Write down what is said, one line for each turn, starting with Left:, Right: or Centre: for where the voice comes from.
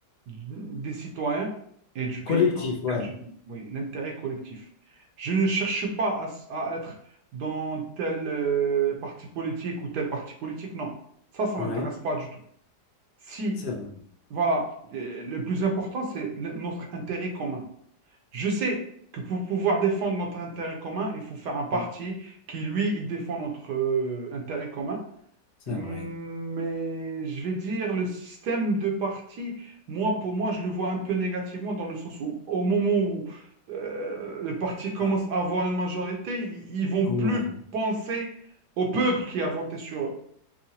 Right: des citoyens et du pays
Left: Collectif,
Right: dans lequel
Left: ouais.
Right: je vis. Oui, l'intérêt collectif. Je ne cherche pas à, s- à être dans tel euh, parti politique ou tel parti politique. Non, ça, ça
Left: Ouais,
Right: m'intéresse pas du tout. Si,
Left: c'est vrai.
Right: voilà, euh, le plus important, c'est le- notre intérêt commun. Je sais que pour pouvoir défendre notre intérêt commun, il faut faire un parti
Left: Ouais,
Right: qui, lui, il défend notre euh, intérêt commun.
Left: c'est
Right: Hum,
Left: vrai.
Right: Mais je vais dire, le système de parti, moi, pour moi, je le vois un peu négativement dans le sens où, au moment où euh, le parti commence
Left: Ah,
Right: à avoir une majorité, ils, ils vont
Left: ah
Right: plus
Left: ouais,
Right: penser au peuple qui a voté sur eux.